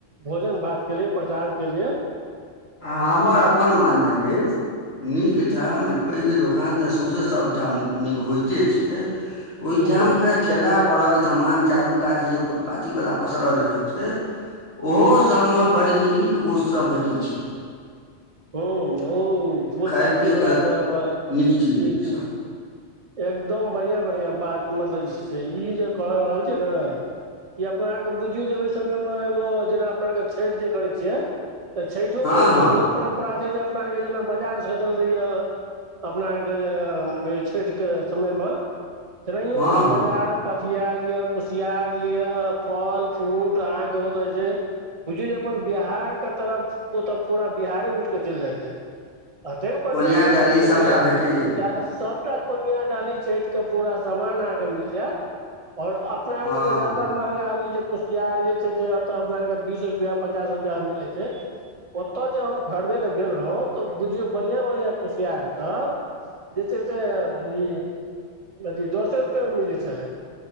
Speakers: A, on the right; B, on the left.
A: भोजन-भात केलियै, प्रसाद केलियै।
B: आ हमर अपन माननाइ अइछ। नीक ठाम पैघ दोकान त सौंसे सबठाम नीक होइते छै। ओहि
A: ओ
B: ठाम के ठेला परहक समान चारू कात जे फुटपाथी वला पसरल रहै छै। ओहो सभ में बड़ नीक-नीक वोस्तु सभ भेटै छै।
A: ओ ओ फूल
B: खाय
A: पाती
B: पियऽ
A: वला
B: के
A: सब
B: नीक चीज
A: जी जी
B: सब।
A: एकदम बढ़िआँ-बढ़िआँ बात मतलब जे से ई जे कऽ रहल छै ना। इ अपना आर के बुझियौ जे ओय समय में एगो जेना अपना आर के छैठ जे करै छियै तऽ छैइठो
B: हँ
A: में ओतऽ
B: हँ
A: बहुत परम्परा छै जे अपना आरके जेना बजार सजल रहैया, अपना आरके जे में छैठ के समय में, तेनहाइयों
B: हँ
A: ओतऽ
B: हँ
A: बजार पथिया लिअ, कुसियार लिअ, फल-फ्रूट अहाँके ओतऽ जे छै बुझियौ जे अपन बिहार के तरफ ओतऽ पूरा बिहारे उइठ क चइल जाइ छै। अतेक बढ़ियां
B: कोनिया
A: लगैत
B: डाली
A: रहै
B: सभटा
A: छै,
B: भेटैए
A: डा सब। कोनिया, डाली छैठ के पूरा समान अहाँ के मिल जैत और अपना आर
B: हँ
A: के तऽ ज्यादा महंगा आबी जे कुसियार जे छै से अतऽ अपना आर के बीस रुपया, पचास रुपया में मिलै छै। ओतऽ जे हम खरदय लै गेल रहौं तऽ बुझियौ बढ़ियां-बढ़ियां कुसियार सब जे छै से ई अथी दसे रुपए में मिलै छलै,